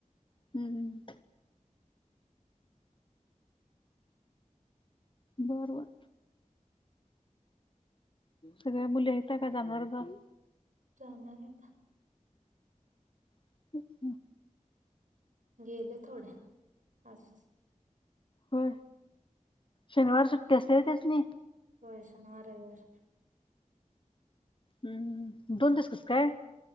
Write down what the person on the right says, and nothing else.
जाणार आता.
गेले थोड्या आज.
होय शनिवार, रविवार.